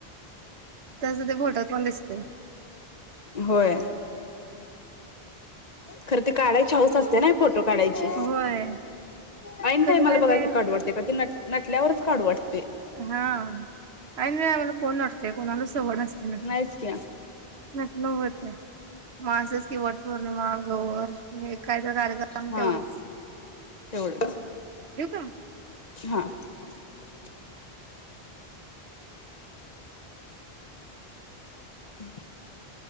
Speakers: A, on the right; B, on the left.
A: त्यांच ते बोटात पण दिसतेय.
B: होय खरं त काढायची हौस असते ना फोटो काढायची.
A: होय
B: आणिन
A: कधी
B: टायमाला आहे काय मला
A: नाही
B: बघा
A: ते
B: की ना काडू वाटते काय? नटल्यावरच काढू वाटतं.
A: हा. आणि आम्हाला कोन असतेय कोणाला सवड असतेना
B: नाहीच
A: ते
B: की
A: नटन होत नाही. माझ्या की वट पौर्णिमा गौर एक एक कार्यक्रम.
B: हा
A: तेवढंच
B: तेवढंच.
A: हा, ठेवू का?
B: हा <unintelligible> <unintelligible>